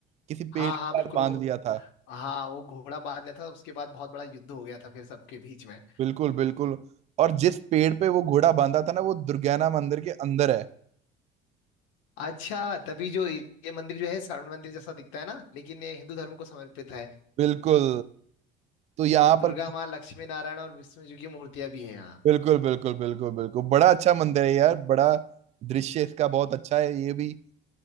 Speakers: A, on the right (about 35°); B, on the left (about 85°).
A: किसी पेड़
B: हाँ
A: के
B: हाँ बिल्कुल
A: साथ बांध
B: वो-
A: लिया था
B: हाँ वो घोड़ा बांध लिया था उसके बाद बहुत बड़ा युद्ध हो गया था फिर सबके बीच में
A: बिल्कुल बिल्कुल और जिस पेड़ पे वो घोड़ा बांधा था ना वो दुर्गाना मंदिर के अंदर है
B: अच्छा तभी जो ये ये मंदिर जो है स्वर्ण मंदिर जैसा दिखता है ना लेकिन ये हिंदू धर्म को समर्पित है
A: बिल्कुल तो यहाँ
B: दुर्गा
A: पर
B: माँ लक्ष्मी नारायण और विष्णु जी की मूर्तियां भी है यहाँ
A: बिल्कुल बिल्कुल बिल्कुल बिल्कुल बड़ा अच्छा मंदिर है यार बड़ा दृश्य इसका बहुत अच्छा है ये भी